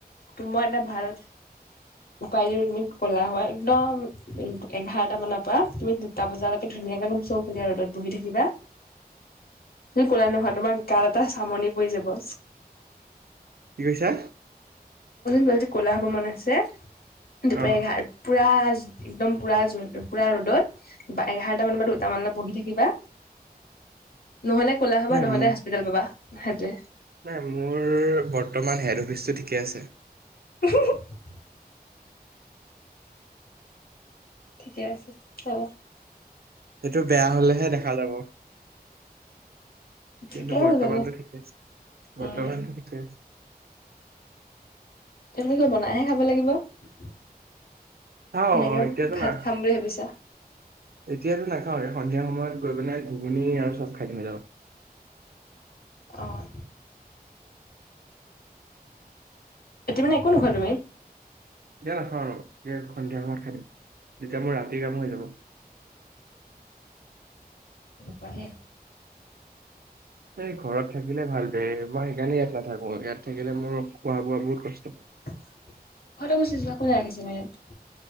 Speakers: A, on the left; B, on the right.
A: তোমাৰ এটা ভাল উপাইোৰ তুমি কলা হয় একদম এঘাৰটা মানৰ পৰা তুমি দুটা বজালৈকে ধৰি ধুনীয়াকে লম চৌফালে ৰ'দত বহি থাকিবা
B: <unintelligible>
A: ত ক নহয় তোমাৰ গাত এটা চামনি পৰি যাব
B: কি কৈছা
A: গ ক'লা হ'ব মন আছে দুপাৰী
B: অ
A: এঘাৰ পুৰা একদম পুৰা জ পুৰা ৰ'দত বা এঘাৰটা মান বা দুটামানলৈ পহি থাকিবা
B: <unintelligible>
A: নহলে ক'লা হবা
B: নাই
A: নহ'লে
B: মোৰ
A: হস্পিতেেল পাবা সেইটোৱে
B: নাই মোৰ বৰ্তমান হেড অফিচটো ঠিকে আছে
A: <unintelligible> ঠিকে আছে হব
B: সটো বেয়া হলেহে দেখা যাব
A: ঠিকে
B: কিন্তু বৰ্তমানৰ
A: আছে তেনে
B: ঠিকে বৰ্তমান
A: উম
B: ঠিকে
A: এই তুমি কৰ বনাইহে খাব লাগিব এনেকে
B: খাওঁ এতিয়াতো
A: ভাত
B: না
A: খাম বুলি ভাবিছা
B: এতিয়াতো নাখাওঁ সন্ধিয়া সময়ত গৈ পাই ঘুগুণী আৰু চব খাই দিমেইিল <unintelligible>
A: অঁ এতিয়া মানে একো নোখোৱা তুমি
B: দিয়া নাচা আৰু এ সন্ধিয়া সময়ত খাইম তেতিয়া মোৰ ৰাতিৰ কাম হৈ যাব
A: উ পঢ়ে
B: এই ঘৰত থাকিলে ভাল দেৰে মই সেইকাৰণে ইয়াত নাথাকো ইয়াত থাকিলে মোৰ খোৱা বোৱা বহুত কষ্ট হয়।
A: ঘৰত গুচিছো কোনে ৰাখিছে ময়াত